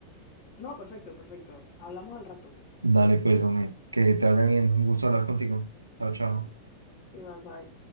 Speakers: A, on the left (about 35°); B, on the right (about 80°).
A: No, perfecto, perfecto. Hablamos al rato.
B: Dale, pues, hombre, que te vaya bien. Un gusto hablar contigo. Chao, chao.
A: Y bye bye.